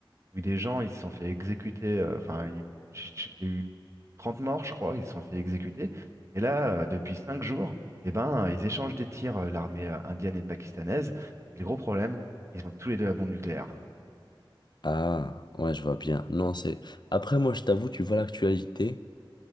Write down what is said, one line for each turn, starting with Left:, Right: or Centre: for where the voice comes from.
Right: Oui, des gens, ils se sont fait exécuter. euh, Enfin, il ch- ch- il y a eu 30 morts, je crois, ils se sont fait exécuter. Et là, euh, depuis 5 jours, eh ben, ils échangent des tirs, euh, l'armée euh, indienne et pakistanaise. Et le gros problème, ils ont tous les deux la bombe nucléaire.
Left: Ah, ouais, je vois bien. Non, c'est. Après, moi, je t'avoue, tu vois l'actualité